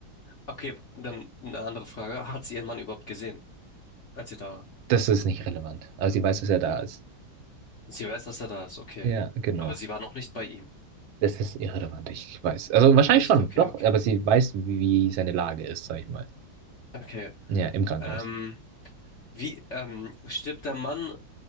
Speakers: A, on the left; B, on the right.
A: Okay, dann eine andere Frage. Hat sie ihren Mann überhaupt gesehen, als sie da war?
B: Das ist nicht relevant. Aber sie weiß, dass er da ist.
A: Sie weiß, dass er da ist, okay.
B: Ja, genau.
A: Aber sie war noch nicht bei ihm.
B: Das ist irrelevant, ich weiß. Also wahrscheinlich
A: Echt?
B: schon,
A: Okay,
B: doch,
A: okay,
B: aber
A: okay.
B: sie weiß, wie wie seine Lage ist, sag ich mal.
A: Okay.
B: Ja, im Krankenhaus.
A: Ähm, wie, ähm, stirbt der Mann